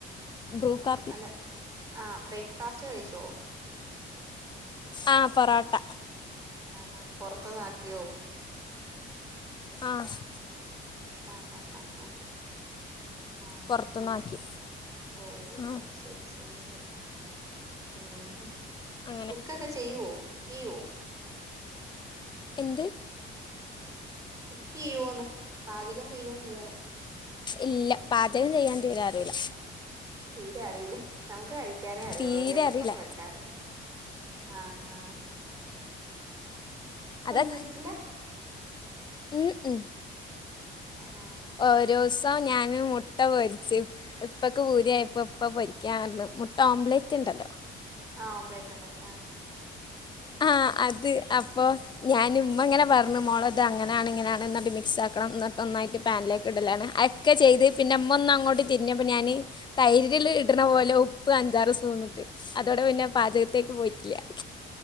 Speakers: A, on the left; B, on the right.
A: ബ്രൂ
B: ആഹ്
A: കാപ്പി.
B: അല്ല ആഹ് ബ്രേക്ക്ഫാസ്റ്റ് കഴിച്ചോ
A: ആ പൊറട്ട.
B: ആഹാ പുറത്ത്ന് ആക്കിയോ.
A: ആഹ്
B: ആ ഹാ ആ ആ. ആ അങ്ങനെയല്ലേ
A: പുറത്തുനിന്നാക്കി
B: ഓ
A: ആ
B: ശരി ശരി. ഹേ ശരി ഉ
A: അങ്ങനെ
B: കുക്കൊക്കെ ചെയ്യുവോ കുക്ക് ചെയ്യുവോ.
A: എന്ത്
B: കുക്ക്യ്യുവോന്ന് പാചകം ചെയ്യോന്ന് ഇയാള്.
A: ഇല്ല പാചകം ചെയ്യാൻ തീരെ അറില
B: തീരെ അറിയില നമുക്ക് കഴി. ക്കനെ അറിയുള്ളുല്ലേ
A: തീരെ
B: നമ്മുക്കൊന്നും
A: അറിയില്ല
B: വെക്കാൻ അറി അഹ് അഹ്
A: അതാ
B: പൊരിക്കില്ല
A: ഉ ഉ
B: അഹാ
A: ഒരോസം ഞാന് മുട്ട പൊരിച്ച് ഇപ്പക്ക് പൂതിയായപ്പോ ഇപ്പ പൊരിക്കാറഞ്ഞ് മുട്ട ഓംലെറ്റ് ഉണ്ടല്ലോ
B: ആഹ് ഓംപ്ലേറ്റ് ഉണ്ടാക്കി ആഹ്
A: ആഹ് അത് അപ്പോ ഞാന് ഉമ്മ ഇങ്ങനെ പറഞ്ഞു മോളേ ഇത് അങ്ങനെയാണ് ഇങ്ങനെയാണ് എന്നിട്ട് മിക്സാക്കണം എന്നിട്ട് ഒന്നായിട്ട് പാനിലേക്കിടലാണ് അഹെക്കെ ചെയ്ത് പിന്നെ ഉമ്മ ഒന്ന് അങ്ങോട്ട് തിരിഞ്ഞപ്പോ ഞാന് തൈരിലില് ഇടണ പോലെ ഉപ്പ് അഞ്ചാറ് സ്പൂണിട്ട് അതോടെ പിന്നെ പാചകത്തേക്ക് പോയിട്ടില്ല്യാ